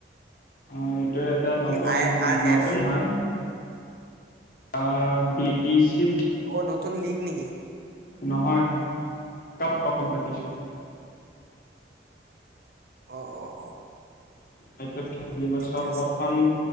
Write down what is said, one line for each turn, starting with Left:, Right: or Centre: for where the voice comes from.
Left: অ এইটো এটা
Right: কি
Left: নতুন
Right: আই আৰ
Left: নতুন
Right: এফ
Left: হয়। অ ডি ডি চি
Right: অ নতুন লীং নেকি
Left: নহয় ক কমিটি <unintelligible>
Right: অ অ অ
Left: সটোত খেলিব
Right: অ ঠিকে
Left: চ
Right: আছে
Left: প্ৰথম